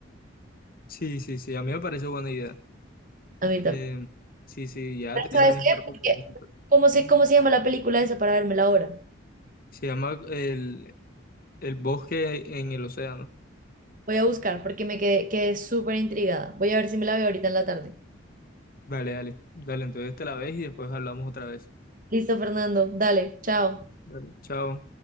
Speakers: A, on the left; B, on the right.
A: Sí, sí, sí, a mí me parece buena idea.
B: A mí también.
A: Eh, sí, sí, ya
B: Pero
A: tener
B: ¿sabes
A: la misma
B: qué?
A: ropa.
B: Porque,
A: ya es
B: ¿cómo sé cómo se llama la película esa para vérmela ahora?
A: Se llama el, el bosque en el océano.
B: Voy a buscar porque me quedé, quedé súper intrigada. Voy a ver si me la veo ahorita en la tarde.
A: Dale, dale, dale, entonces te la ves y después hablamos otra vez.
B: Listo, Fernando. Dale, chao.
A: Dale, chao.